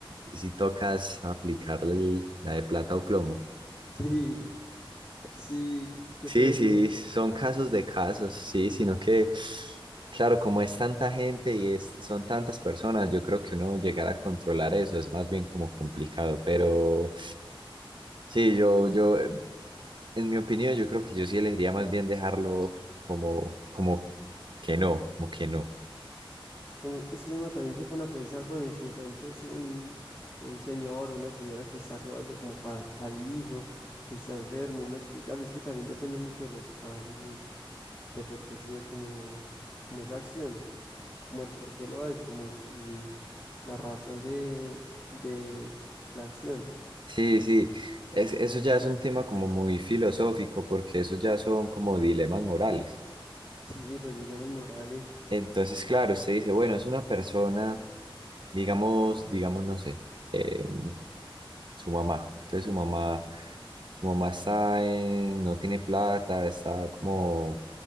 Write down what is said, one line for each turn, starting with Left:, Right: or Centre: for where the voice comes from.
Right: Y si tocas aplicarle
Left: <laughs>
Right: el- la de plata o plomo.
Left: Sí, sí, ¿qué
Right: Sí,
Left: prefiere?
Right: sí, son casos de casos, sí, sino que, claro, como es tanta gente y es, son tantas personas, yo creo que uno llegar a controlar eso es más bien como complicado, pero sí, yo, yo, eh, en mi opinión, yo creo que yo sí elegiría más bien dejarlo como, como que no, como que no.
Left: Mm, Es que uno también se pone a pensar, bueno, y si de pronto es un, un señor o una señora que está robando como para, el hijo, que está enfermo, un hospital, es que también depende mucho de los casos y de por qué se dé como, como esa acción. como el por qué lo hace, como el- la razón de, de la acción.
Right: Sí, sí, es, eso ya es un tema como muy filosófico porque eso ya son como dilemas morales.
Left: Sí, los dilemas morales
Right: Entonces, claro, usted dice, bueno, es una persona, digamos, digamos, no sé, eh, su mamá. Entonces su mamá, su mamá está en- no tiene plata, está como,